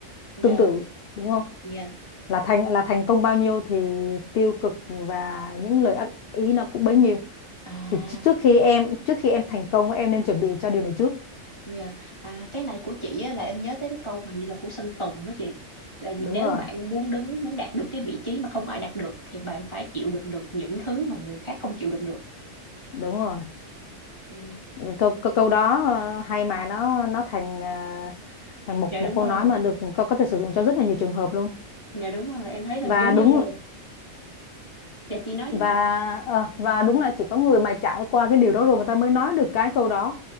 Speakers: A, on the left; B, on the left.
A: nhờ
B: tương tự đúng không
A: dạ.
B: là thành là thành công bao nhiêu thì tiêu cực và những lời ác ý nó cũng bấy nhiêu
A: à
B: thì tr- trước khi em trước khi em thành công em nên chuẩn bị cho điều này trước
A: nhờ à, cái này của chị á, là em nhớ tới cái câu hình như là của Sơn Tùng đó chị là gì
B: đúng
A: nếu
B: rồi
A: bạn muốn đứng muốn đạt được cái vị trí mà không ai đạt được thì bạn phải chịu đựng được những thứ mà người khác không chịu đựng được
B: đúng rồi
A: ừ.
B: câu câu, câu đó ờ, hay mà nó nó thành à, thành một
A: dạ đúng
B: một câu
A: rồi
B: nói mà được có có thể sử dụng cho rất là nhiều trường hợp luôn
A: dạ đúng rồi em thấy là
B: và
A: giống
B: đúng
A: như là dạ chị nói đi
B: và
A: chị
B: ờ, và đúng là chỉ có người mà trải qua cái điều đó rồi người ta mới nói được cái câu đó